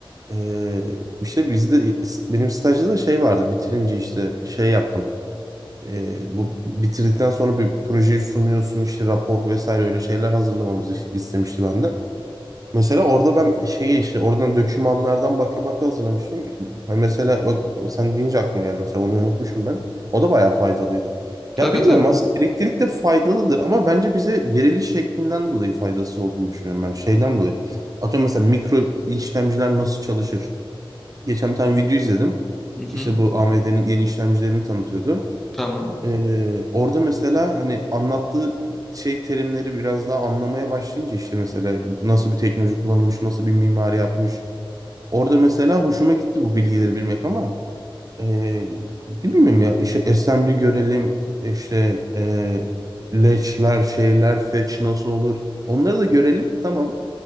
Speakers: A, on the right; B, in the centre.
A: Ee, işte bizde benim stajda da şey vardı. Bitirince işte şey yaptım. Ee, bu bitirdikten sonra bir projeyi sunuyorsun işte rapor vesaire öyle şeyler hazırlamamızı işte istemişti benden. Mesela orada ben şeyi işte oradan dokümanlardan baka baka hazırlamıştım. Ha, Mesela bak, sen deyince aklıma geldi. Mesela onu unutmuşum ben. O da bayağı faydalıydı.
B: Tabii
A: Ya bilmiyorum
B: tabii.
A: aslında elektrik de faydalıdır ama bence bize veriliş şeklinden dolayı faydasız olduğunu düşünüyorum ben. Şeyden dolayı. Atıyorum mesela mikro işlemciler nasıl çalışır? Geçen bir tane video izledim.
B: Hı
A: İşte
B: hı,
A: bu AMD'nin yeni işlemcilerini tanıtıyordu.
B: tamam.
A: Ee, orada mesela hani anlattığı şey terimleri biraz daha anlamaya başlayınca işte mesela nasıl bir teknoloji kullanılmış, nasıl bir mimari yapmış. Orada mesela hoşuma gitti bu bilgileri bilmek ama ee, ne bileyim ya işte assembly görelim işte ee, leçler şeyler fetch nasıl olur onları da görelim tamam